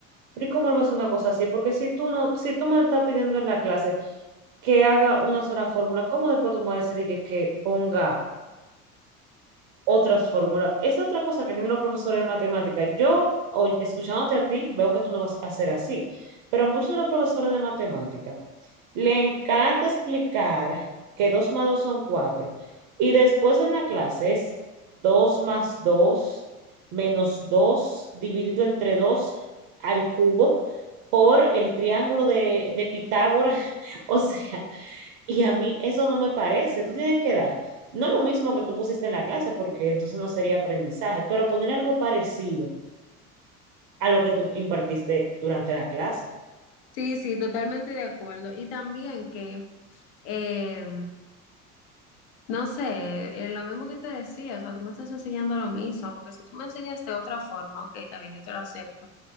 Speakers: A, on the right; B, on the left.
A: Pero ¿y cómo él va a hacer una cosa así? Porque si tú no, si tú me estás pidiendo en la clase que haga una sola fórmula, ¿cómo después tú me vas a decir que, que ponga otras fórmulas. Esa es otra cosa que tienen los profesores de matemática. Yo, o- escuchándote a ti, veo que tú no vas a hacer así, pero muchos de los profesores de matemática le encanta explicar que dos más 2 son 4 y después en la clase es 2 más 2 menos 2 dividido entre 2 al cubo por el triángulo de, de Pitágoras. <laughs> O sea, y a mí eso no me parece. Tú tienes que dar, no lo mismo que tú pusiste en la clase, porque entonces no sería aprendizaje, pero poner algo parecido a lo que tú impartiste durante la clase.
B: Sí, sí, totalmente de acuerdo. Y también que, eh, no sé, eh, lo mismo que te decía, o sea, tú me estás enseñando lo mismo, porque si tú me enseñas de otra forma, ok, también yo te lo acepto,